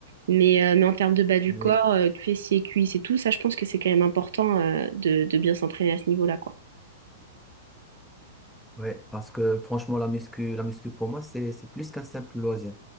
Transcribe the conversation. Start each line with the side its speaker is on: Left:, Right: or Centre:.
Right: Mais, euh, mais en termes de bas du
Centre: Oui.
Right: corps, euh, fessiers, cuisses et tout, ça, je pense que c'est quand même important euh, de, de bien s'entraîner à ce niveau-là, quoi.
Centre: Ouais, parce que franchement, la muscu, la muscu pour moi, c'est, c'est plus qu'un simple loisir.